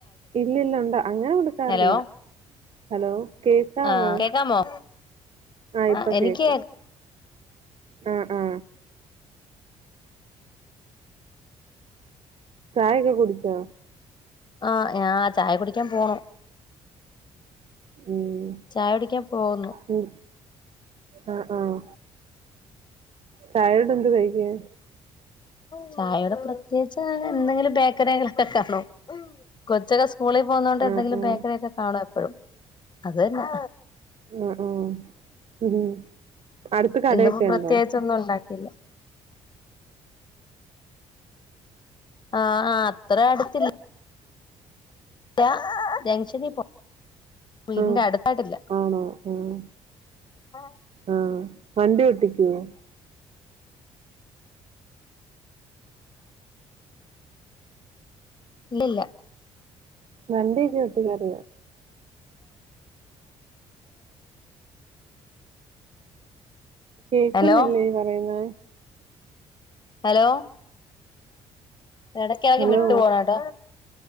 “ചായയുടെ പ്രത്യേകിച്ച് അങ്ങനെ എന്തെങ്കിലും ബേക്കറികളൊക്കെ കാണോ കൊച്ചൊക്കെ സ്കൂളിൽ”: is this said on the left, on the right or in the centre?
Left